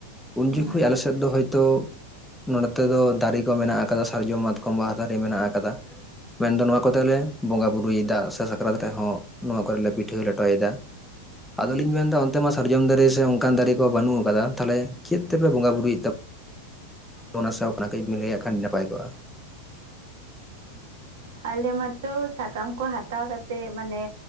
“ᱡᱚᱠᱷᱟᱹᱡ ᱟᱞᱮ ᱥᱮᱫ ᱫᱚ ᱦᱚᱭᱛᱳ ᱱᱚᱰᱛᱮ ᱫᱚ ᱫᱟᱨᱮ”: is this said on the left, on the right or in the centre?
Centre